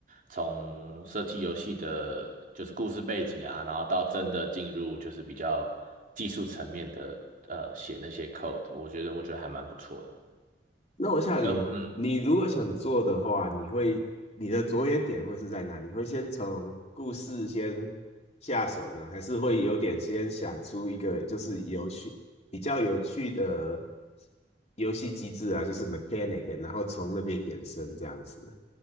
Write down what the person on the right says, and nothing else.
从设计游戏的，就是故事背景啊，然后到真的进入就是比较技术层面的，呃，写那些 code，我觉得我觉得还蛮不错的。
因为嗯。